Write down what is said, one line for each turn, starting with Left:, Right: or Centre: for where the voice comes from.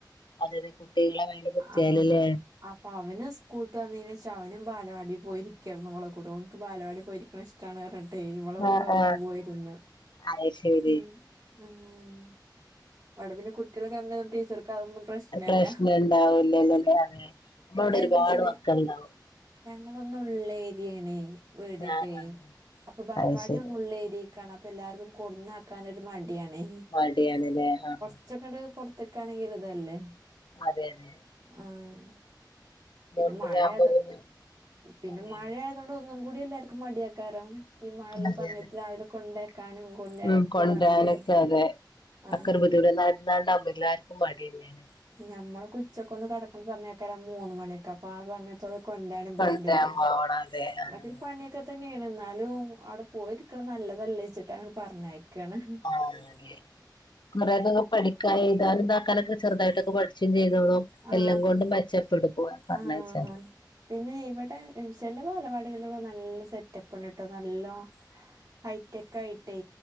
Left: അതത് കുട്ടികളെ മേലെ കുത്തിയാലല്ലേ
Right: ആഹ് അപ്പൾ അവന സ്കൂളട്ട് വന്ന കഴഞ്ഞ വച്ചാ അവനു സ്‌കൂൾട്ട് വന്നേനേശം അവനുസ്കൂള്ട് വന്നീണേഷഅവനും ബാലവാടി പോയിരിക്കണ് ഓളെ കൂടെ ഓൻക്ക് ബാലവാടി പോയിരിക്കണഇഷ്ടാണ് ട്ടേ ഇവളെ കൂടെ
Left: ആഹ്
Right: ഓനും
Left: ആഹ്
Right: പോയിനിന്ന്
Left: അത് ശരി
Right: ഹും. ആഹ് വടെപിന്നെ കുട്ടിള് കമ്മിയായിട്ട് ടീച്ചർക്ക് അഹ് ഒന്നും പ്രശ്നല്ല
Left: പ്രശ്നം ഉണ്ടാവൂലല്ലല്ലേ അതെ നമ്മളവിടെ
Right: അഹ്
Left: ഒരുപാട്
Right: ന്തച്ചല്
Left: മക്കളുണ്ടാവും
Right: ഞങ്ങളൊന്നുള്ളേരിയണേ വീടൊക്കെ.
Left: ആഹ് ആഹ്
Right: അപ്പൊ ബാലവാടിയൊന്നുള്ളേരിയക്കാണ്.
Left: അത് ശരി
Right: അപ്പൊ എല്ലാക്കും കൊട്ന്നാക്കാനൊരു മടി മടിയാണേ
Left: മടിയാണല്ലേ? ആഹ്
Right: കൊറച്ച്ക്കണ്ട് പുറത്തക്കാണെങ്കില് ഓരു ഇതല്ലേ?
Left: അതെ അതെ
Right: ആഹ്
Left: ഇതാവുമ്പോ
Right: പിന്നെ മഴയത്
Left: പിന്നെ
Right: പിന്നെ
Left: പണിയാണ്
Right: മഴയത് തോണ്ട് ഒന്നും കൂടി എല്ലാരക്കും മടിയെക്കാരം ഈ മഴള്ളസമയത്ത്
Left: അതെ അതെ
Right: രാവിലെ കൊണ്ടേക്കാനും കൊണ്ടരനും
Left: ഉം
Right: ഒക്കെ
Left: കൊണ്ടരാനൊക്കെ
Right: പണിയല്ലേ?
Left: അതെ
Right: ആഹ്
Left: <unintelligible> എല്ലാർക്കു മടിയെന്നാണ്.
Right: ഞമ്മള് ഓക്കെ ഉച്ചക്കൊന്ന് കടക്ക്ണ സമയെക്കരം മൂന്ന് മണിയൊക്കെ അപ്പൊ ആഹ സമയത്ത് ഓരെ കൊണ്ടര്നും
Left: കൊണ്ടരാൻ
Right: പോണ്ടിരും
Left: പോണം അതെ ആഹ്
Right: അതിൽ പണിയൊക്കെ തന്നെയാണ്. ന്നാലും അവ്ടെ പോയിരിക്കണ് നല്ലതലെച്ചിട്ട് അങ്ങനെ പറഞ്ഞയക്കണ്
Left: <unintelligible> കുറെക പഠിക്കാന എയ്താന് ഇതാക്കാനൊക്കെ ചെറുതായിട്ടൊക്കെ പഠ ച്ചും ചെയ്തോളും
Right: ആഹ്
Left: എല്ലാം കൊണ്ടും മെച്ചപ്പെടും പോനേ പറഞ്ഞയച്ചാല്.
Right: ആഹ് പിന്നെ ഇവിടെ ചെല ബാലവാടികളിൽ നല്ല സെറ്റപ്പണ്ട്ട്ടോ നല്ലോണം. ഹൈടെക്ക് ആയിട്ടേ